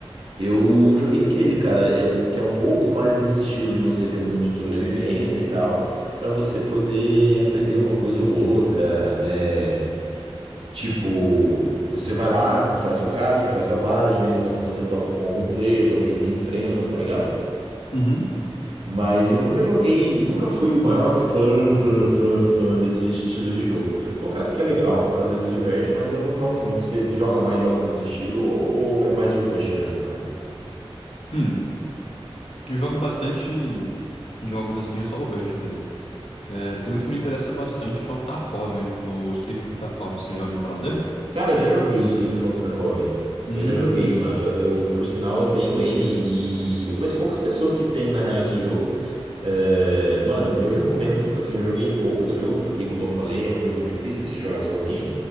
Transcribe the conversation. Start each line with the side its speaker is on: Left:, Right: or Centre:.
Right: eu joguei aquele, cara, eu, que é um pouco mais nesse estilo de você ter um mundo de sobrevivência e tal, pra você poder aprender uma coisa ou outra. É. Tipo, você vai lá, constrói sua casa, constrói sua base, de vez em quando você topa com algum player, vocês se enfrentam, tá ligado?
Left: uhum.
Right: Mas eu nunca joguei, nunca fui o maior fã, fã, fã, fã desse estilo de jogo. Confesso que é legal, às vezes diverte, mas eu não jogo muito. Você joga mais jogos nesse estilo ou ou é mais o Rush mesmo, cara?
Left: Hum, eu jogo bastante jogos assim, é só o Rust mesmo. É, tem um que me interessa bastante, que é o Tarkov, o Escape from Tarkov, você já ouviu falar dele?
Right: Cara, eu já joguei o Escape from Tarkov.
Left: Hum,
Right: Eu já joguei, mano. Eu, eu, por sinal, eu tenho ele e eu conheço poucas pessoas que têm, na real, esse jogo. É, mano, eu recomendo, tipo assim, eu joguei pouco do jogo, porque, como eu falei, é um jogo difícil de se jogar sozinho.